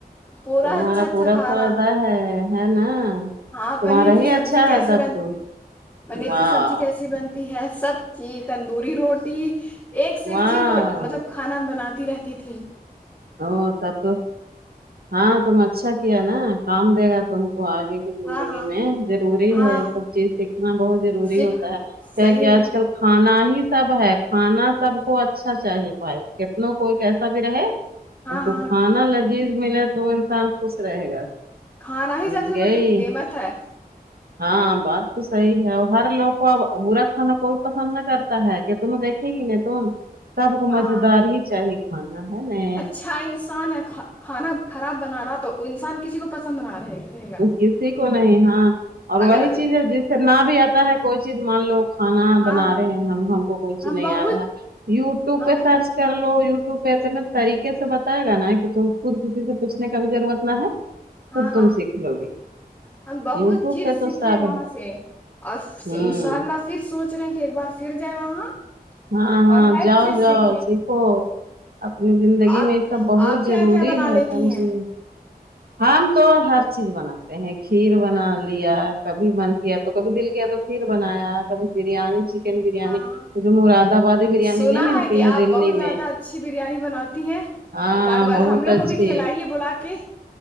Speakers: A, on the left; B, on the right.
A: پورا
B: تمہارا
A: اچھا اچھا
B: پورا
A: کھا
B: فائدہ
A: رہا
B: ہے ہے نا
A: ہاں
B: تمہارا
A: پنیر کی
B: ہی
A: سبزی
B: اچھا
A: کیسے
B: ہے تب
A: بنتی
B: تو
A: پنیر
B: واہ
A: کی سبزی کیسی بن ہے سب چیز تندوری روٹی ایک سے ایک
B: واہ
A: چیز مطلب کھانا بناتی رہتی تھیں
B: ا تب تو ہاں تم اچھا کیا نا کام دے گا تم کو آگے زندگی
A: ہاں ہاں
B: میں ضروری
A: ہاں
B: ہے یہ سب چیز سیکھنا بہت ضروری
A: سیکھ
B: ہوتا ہے
A: صحیح
B: کیا کہ
A: میں
B: آج کل کھانا ہی سب ہے کھانا سب کو اچھا چاہیے بھائی کتن کوئی کیسا بھی رہے
A: ہاں
B: اس کو
A: ہاں
B: کھانا لذیذ ملے تو وہ انسان خوش رہے گا
A: کھانا
B: سمجھ
A: ہی سب سے
B: گئی
A: بڑی نعمت ہے
B: ہاں بات تو صحیح ہے اور ہر لوگ کو اب برا کھانا کوئی پسند نہ کرتا ہے تونوں دیکھے ہی نہیں تم سب کو
A: ہاں
B: مزے
A: ہاں
B: دار ہی چاہے کھانا ہے ن
A: چھا انسان ہے کھانا خراب بنا رہا تو انسان کسی کو پسند نہ رہے رہے گا
B: کسی کو نہیں ہاں اور
A: اگر
B: وہی چیز ہے جس سے نہ بھی اے کھانا
A: ہاں
B: بنا
A: ہاں
B: رہے ہیں ہم ہم کو کوئی چیز
A: ہم
B: نہیں
A: بہت
B: آ رہا ہے یوٹیوب
A: ہم
B: پہ سرچ کر لو یوٹیوب پہ اتنے طریقے سے بتائے گا نا کہ تم خود کسی سے پوچنے کا بھی ضرورت نہ ہے
A: ہاں
B: اتم
A: ہاں
B: سیکھ لو گے
A: ہم بہت
B: یوٹیوب
A: چیز
B: پہ تو
A: سیکھے
B: سب
A: وہاں
B: ہے
A: سے اور
B: ہوں
A: ان شاء اللہ پھر سوچ رہے ہیں کہ ایک بار پھر جائے وہاں
B: ہاں ہاں
A: اور ہر
B: جاؤ
A: چیز
B: جاؤ
A: سیکھیں
B: سکھو اپنی زندگی
A: آپ
B: میں یہ سب بہت
A: آپ کیا
B: ضروری
A: کیا بنا
B: ہے
A: لیتی
B: سمجھے
A: ہیں
B: ہمم تو ہر چیز بنا ہیں کھیر بنا لیا کبھی من کیا تو کبھی دل کیا تو کھیر بنایا کبھی بریانی چی بریانی
A: ہاں
B: جو مراد آبادی بریانی
A: سنا
B: نہیں ملتی
A: ہے کہ آپ
B: دلی
A: بہت زیادہ
B: میں
A: اچھی بریانی بناتی ہیں
B: ہاں
A: ایک آت بار
B: بہت
A: ہم لوگ
B: اچھی
A: کو بھی کھلائیے بلا کے